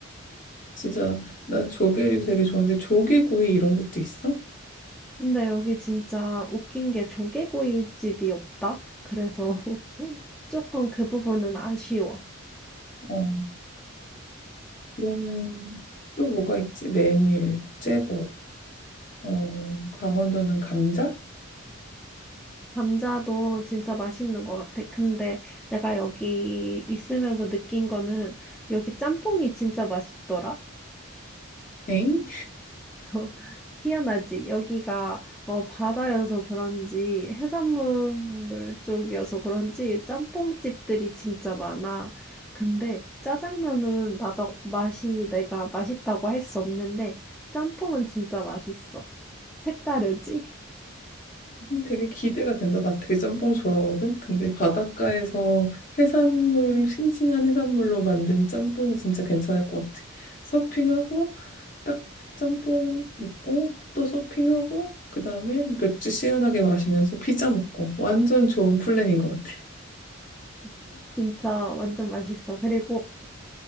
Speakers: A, on the left; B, in the centre.
A: 진짜 나 조개를 되게 좋아하는데 조개구이 이런 것도 있어?
B: 근데 여기 진짜 웃긴 게 조개구이집이 없다? 그래서 <laughs> 조금 그 부분은 아쉬워.
A: 어, 그러면 또 뭐가 있지? 메밀, 째복, 어, 강원도는 감자?
B: 감자도 진짜 맛있는 것 같아. 근데 내가 여기 있으면서 느낀 거는 여기 짬뽕이 진짜 맛있더라.
A: 엥?
B: 어, <laughs> 희한하지. 여기가 어, 바다여서 그런지 해산물 쪽이어서 그런지 짬뽕집들이 진짜 많아. 근데 짜장면은 맛, 맛이 내가 맛있다고 할 수 없는데 짬뽕은 진짜 맛있어. 색다르지?
A: 음, 되게 기대가 된다. 나 되게 짬뽕 좋아하거든. 근데 바닷가에서 해산물, 싱싱한 해산물로 만든 짬뽕은 진짜 괜찮을 것 같아. 서핑하고 딱 짬뽕 먹고 또 서핑하고 그다음에 맥주 시원하게 마시면서 피자 먹고 완전 좋은 플랜인 것 같아.
B: <laughs> 진짜 완전 맛있어. 그리고